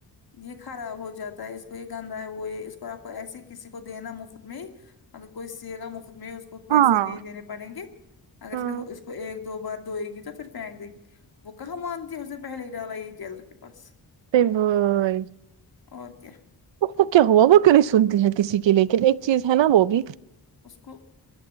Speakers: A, on the left; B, on the right.
A: یہ خراب ہو جاتا ہے گندہ ہے وہ یہ اس کو آپ کو ایسے ہی کسی کو دینا مفت میں ہی اگر کوئی سیے گا مفت میں اس کو پیسے
B: ہاں
A: نہیں دینے پڑیں گے اگر
B: ہاں
A: پھر اس کو ایک دو بار دھوئے گی تو پھر پھینک دے گی وہ کہاں مانتی ہے اس نے پہلے ہی ڈالا یہی ٹیلر کے پاس
B: <unintelligible>
A: اور کیا
B: تو کیا ہوا وہ کیوں نہیں سنتی ہے کسی کی لیکن ایک چیز ہے نا وہ بھی
A: اس کو